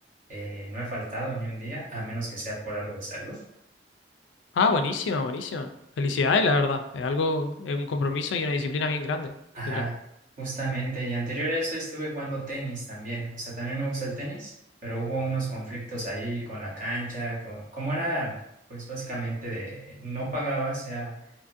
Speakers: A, on the right; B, on the left.
A: Eh, no he faltado ni un día, a menos que sea por algo de salud.
B: Ah, buenísima, buenísima. Felicidades, la verdad. Es algo, es un compromiso y una disciplina bien grande
A: Ajá,
B: detrás.
A: justamente. Y anterior a eso estuve jugando tenis también. O sea, también me gusta el tenis, pero hubo unos conflictos ahí con la cancha. co- como era, pues básicamente de no pagabas, era